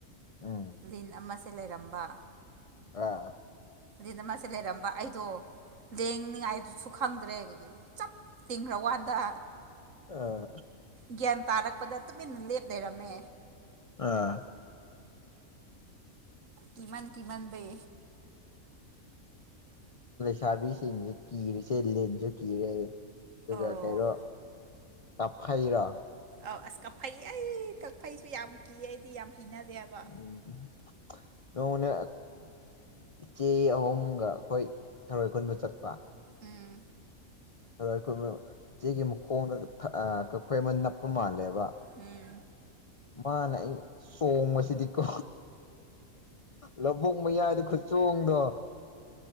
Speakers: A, on the left (about 65°); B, on the right (about 65°).
A: ꯎꯝ
B: ꯂꯤꯟ ꯑꯃꯁꯦ ꯂꯩꯔꯝꯕ
A: ꯑꯥ
B: ꯑꯗꯨꯅ ꯃꯁ ꯂꯩꯦꯔꯝꯕ ꯑꯩꯗꯣ ꯂꯦꯡꯅꯤꯉꯥꯏꯗꯨꯁꯨ ꯈꯪꯗ꯭ꯔꯦ ꯆꯞ ꯇꯤꯡꯈ꯭ꯔ ꯋꯥꯗ
A: ꯑꯥ
B: ꯒ꯭ꯌꯥꯟ ꯇꯥꯔꯛꯄꯗ ꯇꯨꯃꯤꯟꯅ ꯂꯦꯞ ꯂꯩꯔꯝꯃꯦ
A: ꯑꯥ
B: ꯀꯃ ꯀꯃ ꯦ
A: ꯁꯥꯕꯤꯁꯤ ꯀꯤꯔꯁ ꯂꯦꯟꯖ ꯀꯤꯔꯦ ꯑꯗꯨꯒ
B: ꯑꯧ
A: ꯀꯩꯅꯣ ꯀꯥꯞꯐꯩꯔꯣ
B: ꯑꯧ ꯑꯁ ꯀꯛꯐꯩ ꯑꯩ ꯀꯛꯐꯩꯁꯨ ꯌꯥꯝ ꯀꯤꯑꯗꯤ ꯌꯥꯝ ꯍꯩꯅꯗꯦ ꯍꯥꯏꯕ
A: ꯎꯝ ꯅꯣꯡꯅꯦ ꯏꯆꯦ ꯑꯍꯨꯝꯒ ꯑꯩꯈꯣꯏ ꯊꯔꯣꯏ ꯈꯨꯨꯟꯕ ꯆꯠꯄ
B: ꯎꯝ
A: ꯑ ꯑꯩꯈꯣꯏ ꯏꯆꯦꯒꯤ ꯃꯈꯣꯡꯗ ꯀꯛꯐꯩ ꯑꯃ ꯅꯞꯄ ꯃꯥꯜꯂꯦꯕ
B: ꯎꯝ
A: ꯃꯥꯅꯦ ꯑꯩ ꯁꯣꯡꯕꯁꯤꯗꯤꯀꯣ ꯂꯧꯕꯛ ꯃꯌꯥꯏꯗ ꯈꯨꯆꯣꯡꯗꯣ